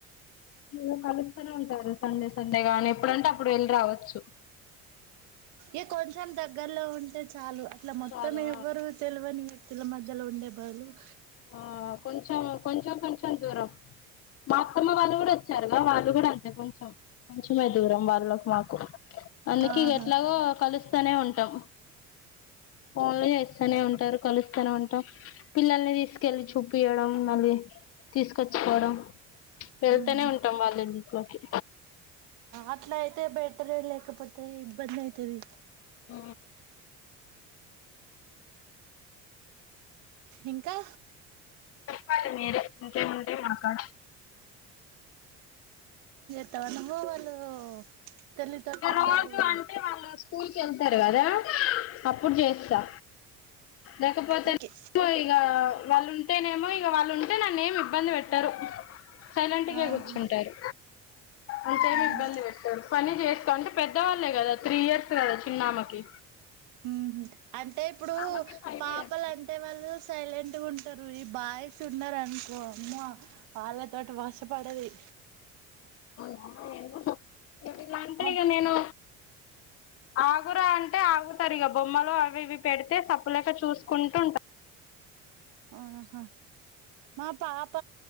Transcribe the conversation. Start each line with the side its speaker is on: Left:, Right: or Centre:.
Left: ఇలా కలుస్తనే ఉంటారు సండే సండే గా అని ఎప్పుడంటే అప్పుడు వెళ్ళి రావచ్చు
Right: ఉ కొంచెం దగ్గరలో ఉంటే చాలు అట్లా మొత్తం
Left: చాలా
Right: ఎవరు తెలియనివి వ్యక్తుల మధ్యలో ఉండే బరువు
Left: ఆ కొంచెం కొంచెం కొంచెం దూరం మా అత్తమ్మ వాళ్ళు కూడా వచ్చారుగా వాళ్ళు కూడా కొంచెం కొంచెం మే దూరం వాళ్ళకి మాకు అందుక
Right: ఆహా
Left: ఎట్లాగో కలుస్త ఇక్కడనే ఉంటాం ఫోన్లు చేస్తానే ఉంటారు కలుస్తానే ఉంటాం పిల్లల్ని తీసుకొని తీసుకువెళ్లి చూపి చూపియడం మళ్ళీ తీసుకొచ్చుకోవడం వెళ్తేనే
Right: ఉహు
Left: ఉంటాం వాళ్ళు ఇంట్లోకి
Right: అట్లా అయితే బెటరే లేకపోతే ఇబ్బంది అయితది
Left: ఉ
Right: ఇంకా
Left: చెప్పాలి మీరే ఇంకేం ఉంటాయి మాకాడా
Right: ఇక నువ్వు వాళ్ళు తల్లితోటి ఉన్నప్పుడు
Left: రోజు
Right: కూడా
Left: అంటే వాళ్ళు స్కూల్ కి స్కూల్ కి వెళ్తారు కదా అప్పుడు చేస్తా లేకపోతే
Right: వికి
Left: ఇగా వాళ్ళుంటేనేమో ఇక వాళ్ళు ఉంటే నన్న ఏమి ఇబ్బంది పెట్టరు సైలెంట్ గా
Right: ఆహా
Left: కూర్చుంటారు అంతేమి
Right: ఆహా
Left: ఇబ్బంది పెట్టారు పని చేస్త అంటే పెద్దవాళ్ళే కదా త్రీ ఇయర్స్ కదా చిన్న ఆమెకి
Right: ఉహు అంటే ఇప్పుడు
Left: ఆమెకి ఆమెకి ఫైవ్
Right: పాపలు
Left: ఇయర్స్
Right: అంటే వాళ్ళు సైలెంట్ గా ఉంటారు ఈ బాయ్స్ ఉన్నారు అనుకో అమ్మో వాళ్ళతోటి వశపడది
Left: అవునా ఏం చేస్తున్నావ్ ఇవ్వ్ ఇలా అంటే
Right: మా
Left: ఇక నేను ఆగురా అంటే ఆగుతారు ఇక బొమ్మలు అవి ఇవి పెడితే తప్పు లేక చూసుకుంటూ ఉంటా
Right: ఆహా మా పాప